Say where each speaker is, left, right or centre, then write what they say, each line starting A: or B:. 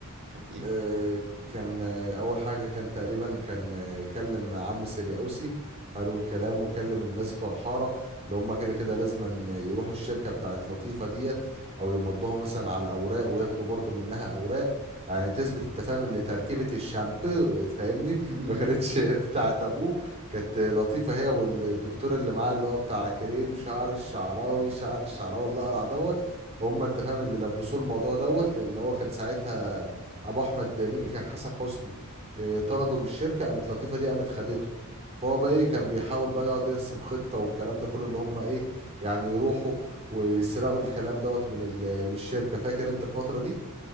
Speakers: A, on the right; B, on the right.
A: كانت إيه؟
B: آه، كان آه، اول حاجه كان تقريبا كان آه، كلم عم سرياوسي حلو الكلام وكلم الناس بتوع الحاره اللي هم كده كده لازما يروحوا الشركه بتاعت لطيفه ديت او يمضوها مثلا على اوراق وياخدوا برضو منها اوراق يعني تثبت انت فاهم اللي تركيبه الشامبو فاهمني
A: <laughs>
B: ما كانتش <laughs> بتاعت ابوه كانت لطيفه هي والدكتور اللي معاه اللي هو بتاع كريم شعر الشعراوي شعر الشعراوي اللي اقرع دوت هم انت فاهم اللي لبسوه الموضوع دوت لان هو كان ساعتها ابو احمد مكي كان حسن حسني آه، طرده من الشركه قامت لطيفه دي قامت خدته فهو بقى ايه كان بيحاول بقى يقعد يرسم خطه والكلام ده كله اللي هم ايه يعني يروحوا ويسرقوا الكلام دوت من ال- من الشركه فاكر انت الفتره دي